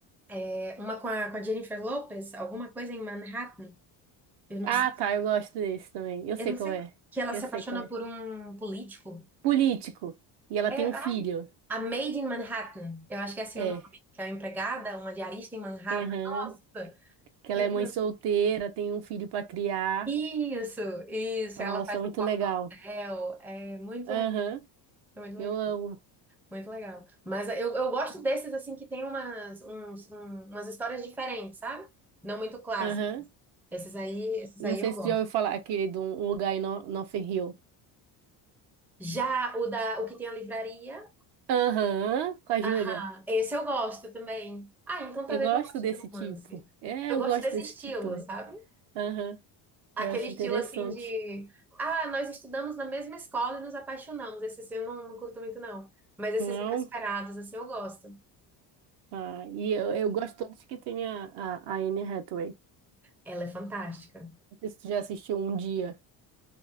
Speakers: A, in the centre; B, on the right (about 65°).
A: é, Uma com a, com a Jennifer Lopez, alguma coisa em Manhattan. Eu não
B: Ah,
A: sei
B: tá, eu gosto desse também. Eu
A: Eu
B: sei
A: não
B: qual
A: sei.
B: é.
A: Que ela
B: Eu
A: se
B: sei
A: apaixona
B: qual é.
A: por um político.
B: Político. E ela
A: É,
B: tem um filho.
A: ai, a Maid in Manhattan. Eu acho que é assim
B: É.
A: o nome. Que é uma empregada, uma diarista em Manhattan.
B: Aham.
A: Nossa!
B: Que ela
A: aquele
B: é
A: filme
B: mãe solteira,
A: é muito-
B: tem um filho pra criar.
A: Isso, isso.
B: Nossa,
A: Ela faz
B: muito
A: um corre
B: legal.
A: no hotel. É muito
B: Aham.
A: legal. Muito
B: Eu
A: legal,
B: amo.
A: muito legal. Mas eu, eu gosto desses, assim, que tem umas, uns, um- umas histórias diferentes, sabe? Não muito clássicos.
B: Aham.
A: Esses aí, esses
B: Não
A: aí
B: sei
A: eu
B: se
A: gosto.
B: tu já ouviu falar aquele de um um lugar em No- Notting Hill.
A: Já o da, o que tem a livraria,
B: Aham, com a Júlia.
A: Aham, esse eu gosto também. Ah, então talvez
B: Eu gosto
A: eu goste
B: desse
A: de romance.
B: tipo. É,
A: Eu
B: eu
A: gosto
B: gosto
A: desse
B: desse
A: estilo,
B: tipo também.
A: sabe?
B: Aham,
A: Aquele
B: eu acho
A: estilo
B: interessante.
A: assim de, ah, nós estudamos na mesma escola e nos apaixonamos. Esse assim, eu não, não curto muito, não. Mas esses
B: Não?
A: inesperados, assim, eu gosto.
B: Ah, e eu, eu gosto todos que tem a, a, a Anne Hathaway.
A: Ela é fantástica.
B: Não sei se tu já assistiu Um Dia.